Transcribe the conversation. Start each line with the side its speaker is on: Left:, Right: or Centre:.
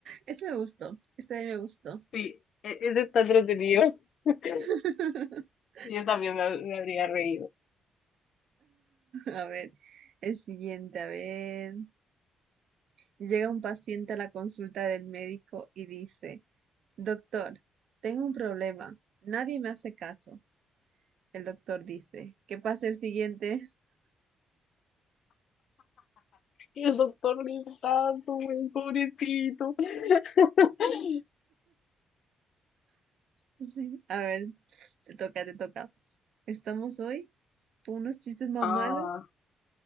Right: Ese me gustó. Ese de ahí me gustó.
Left: Sí, e- ese está entretenido. <laughs>
Right: <laughs>
Left: Yo también me, ha- me habría reído.
Right: A ver, el siguiente, a ver. Llega un paciente a la consulta del médico y dice, Doctor, tengo un problema. Nadie me hace caso. El doctor dice, ¿qué pasa el siguiente? <laughs>
Left: Y el doctor Listazo, güey, pobrecito. <laughs>
Right: Sí, a ver, te toca, te toca. Estamos hoy con unos chistes más
Left: Ah,
Right: malos.